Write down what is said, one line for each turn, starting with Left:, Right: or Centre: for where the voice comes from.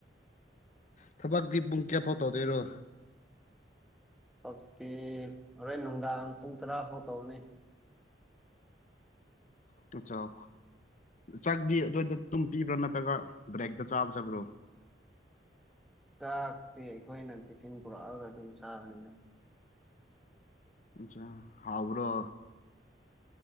Left: ꯊꯕꯛꯇꯤ ꯄꯨꯡ ꯀꯌꯥꯐꯥꯎ ꯇꯧꯗꯣꯏꯔꯣ
Centre: ꯄꯛꯇꯦ ꯍꯣꯔꯦꯟ ꯅꯨꯡꯗꯥꯡ ꯄꯨꯡ ꯇꯔꯥ ꯐꯥꯎ ꯇꯧꯒꯅꯤ
Left: ꯇꯨꯆꯥꯥꯎ ꯆꯥꯛꯗꯤ ꯑꯗ꯭ꯋꯥꯏꯗ ꯗꯨꯝ ꯄꯤꯕ꯭ꯔꯥ ꯅꯠꯇ꯭ꯔꯒ ꯕ꯭ꯔꯦꯛꯇ ꯆꯥꯕ ꯆꯠꯄ꯭ꯔꯣ
Centre: ꯆꯥꯛꯇꯤ ꯑꯩꯈꯣꯏꯅ ꯇꯤꯐꯤꯟ ꯄꯨꯔꯛꯑꯒ ꯑꯗꯨꯝ ꯆꯥꯕꯅꯤꯗ
Left: ꯏꯟꯁꯥꯡ ꯍꯥꯎꯕ꯭ꯔꯣ